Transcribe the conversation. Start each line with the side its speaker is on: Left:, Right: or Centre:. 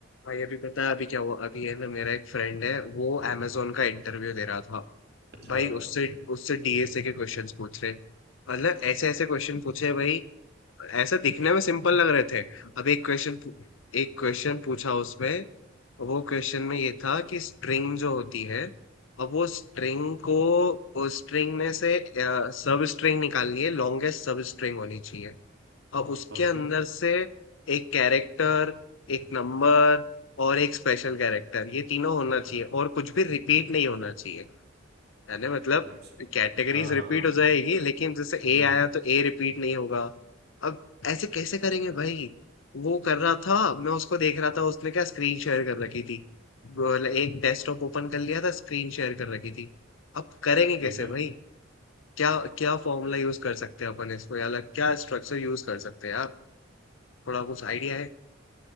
Left: भाई अभी पता है अभी क्या हुआ अभी है ना मेरा एक फ्रेंड है वो amazon का इंटरव्यू दे रहा था
Right: अच्छा
Left: भाई उससे उससे डीएसए के क्वेश्चंस पूछ रहे मतलब ऐसे ऐसे क्वेश्चन पूछे भाई ऐसा दिखने में सिंपल लग रहे थे अब एक क्वेश्चन एक क्वेश्चन पूछा उसमें वो क्वेश्चन में ये था कि स्ट्रिंग जो होती है अब वो स्ट्रिंग को उस स्ट्रिंग में से सब स्ट्रिंग निकालनी है लॉन्गेस्ट सब स्ट्रिंग होनी चाहिए और उसके
Right: ओके
Left: अंदर से एक कैरेक्टर एक नंबर और एक स्पेशल कैरेक्टर ये तीनों होना चाहिए और कुछ भी रिपीट नहीं होना चाहिए यानी मतलब
Right: भाई साहब
Left: कैटेगरीज
Right: हाँ हाँ,
Left: रिपीट
Right: हाँ,
Left: हो जाएगी लेकिन जैसे
Right: हम्म
Left: ए आया तो ए रिपीट नहीं होगा अब ऐसे कैसे करेंगे भाई वो कर रहा था मैं उसको देख रहा था उसने क्या स्क्रीन शेयर कर रखी थी बोले एक डेस्कटॉप ओपन कर लिया था स्क्रीन शेयर कर रखी थी अब करेंगे कैसे
Right: ठीक है
Left: भाई क्या क्या फॉर्मूला यूज कर सकते हैं अपन इसको या अलग क्या स्ट्रक्चर यूज कर सकते हैं यार थोड़ा कुछ आइडिया है